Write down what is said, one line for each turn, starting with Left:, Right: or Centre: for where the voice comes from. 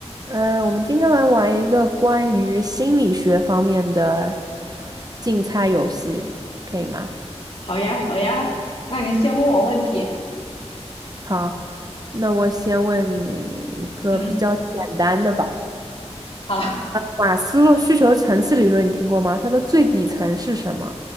Right: 嗯，呃我们今天来玩一个关于心理学方面的竞猜游戏，可以吗？
Left: 好呀，好呀，那你先问我问题。
Right: 好，那我先问你一个比较简单的吧。
Left: 嗯，好，<laughs>
Right: 马斯洛需求层次理论你听过吗？它的最底层是什么？